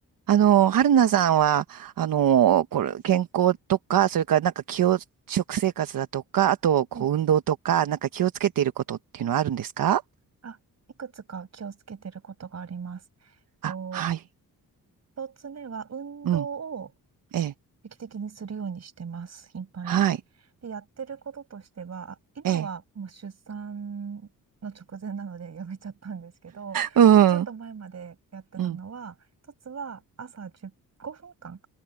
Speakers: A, on the right; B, on the right.
A: あの、春菜さんは、あの、これ、健康とか、それからなんか気を、食生活だとか、あと、こう、
B: はい。
A: 運動とか、なんか気をつけていることっていうのはあるんですか
B: あ、いくつか気をつけてることがあります。と、
A: あ、はい。
B: 一つ目は運動を
A: うん。ええ。
B: 定期的にするようにしてます。頻繁に。
A: はい。
B: で、やってることとしては、あ今はもう出産の直前なので
A: ええ。
B: <laughs> やめちゃったんですけど、
A: うん。
B: ちょっと前までやってたのは、
A: うん。
B: 一つは朝10、5分間